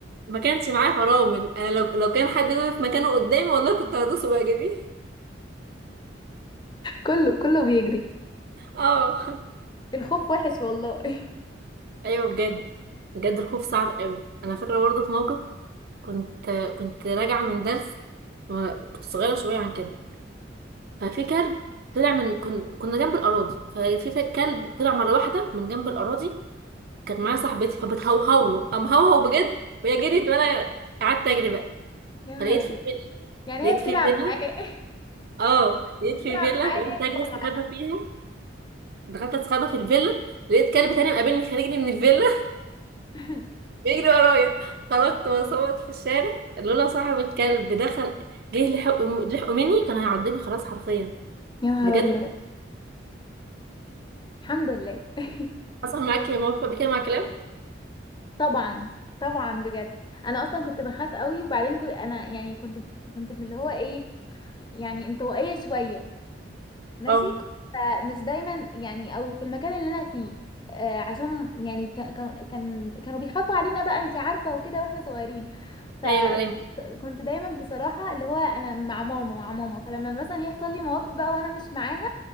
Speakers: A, on the right; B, on the left.
A: ما كانش معايا فرامل أنا لو لو كان حد وقف مكانه قدامي والله كنت هدوسه بقى جدي
B: كله كله بيجري
A: اه
B: الخوف وحش والله <laughs>
A: ايوه بجد بجد الخوف صعب قوي انا فاكره برضه في موقف كنت كنت راجعه من درس و- كنت صغيره شويه عن كده ففي كلب طلع من كن... كنا جنب الاراضي ففي في كلب طلع مره واحده من جنب الاراضي كانت معايا صاحبتي فبتهوهو له قام هوهو بجد وهي جريت وانا قعدت اجري بقى
B: يا نهار
A: فلقيت
B: ابيض
A: في فيلا
B: يعني
A: لقيت
B: هي بتلعب
A: في فيلا
B: معاه <laughs>
A: اه لقيت
B: بتلعب
A: في فيلا
B: معاه
A: فقلت
B: هي بتلعب
A: اجري استخبى
B: معاه
A: فيها دخلت استخبى في الفيلا لقيت كلب تاني مقابلني خارجني من الفيلا
B: <laughs>
A: بيجري ورايا خرجت بصوت في الشارع لولا صاحب الكلب دخل جه لحق لحقه مني كان هيعضني خلاص حرفيا
B: يا نهار
A: بجد
B: ابيض الحمد لله <laughs>
A: حصل معاكي موقف قبل كده مع كلام
B: طبعا طبعا بجد انا اصلا كنت بخاف قوي وبعدين كنت انا يعني كنت كنت اللي هو ايه يعني انطوائية شوية ماشي
A: اه
B: فمش دايما يعني او في المكان اللي انا فيه آه عشان يعني ك- ك- كان كانوا بيخافوا علينا بقى انت عارفه وكده واحنا صغيرين فكنت
A: ايوه دايما
B: دايما بصراحه اللي هو انا مع ماما مع ماما فلما مثلا يحصل لي مواقف بقى وانا مش معاها